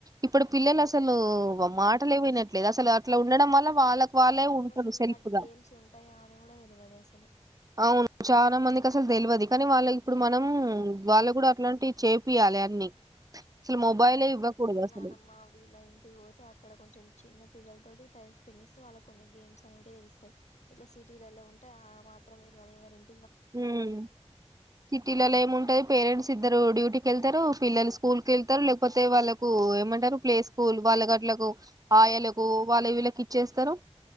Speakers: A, on the right (about 30°); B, on the left (about 80°).
A: ఇప్పుడు పిల్లలు అసలు మాటలే వినట్లేదు అసలు అట్లా ఉండడం వల్ల వాళ్ళకు వాళ్ళే
B: వాళ్ళకు
A: ఉంటారు
B: అసలు
A: సెల్ఫ్
B: ఇలాంటి
A: గా
B: గేమ్స్ ఉంటాయా అని కూడా తెలివదు అసలు
A: అవును చాలా మందికి అసలు తెల్వదు కానీ వాళ్ళ ఇప్పుడు మనం వాళ్ళ కూడా అట్లాంటివి చేపియాలి అన్ని అసలు మొబైలే ఇవ్వకూడదు అస్
B: అనమ్మా వీళ్ళ ఇంటికి పోతే అక్కడ కొంచెం చిన్న పిల్లలతోటి టైమ్ స్పెండ్ చేస్తే, వాళ్ళకి కొన్ని గేమ్స్ అనేటివి తెలుస్తయ్. ఇట్లా సిటీలలో ఉంటే ఆ మాత్రం తెలివదు. ఎవరిన్
A: ఉమ్ సిటీలలో ఏమి ఉంటది పేరెంట్స్ ఇద్దరు డ్యూటీ వెళ్తారు పిల్లలు స్కూల్ కి వెళ్తరు. లేకపోతే వాళ్ళకు ఏమంటరు. ప్లే స్కూల్ వాళ్ళ గట్లకు ఆయలకు వాళ్ళ వీళ్ళకి ఇచ్చేస్తారు.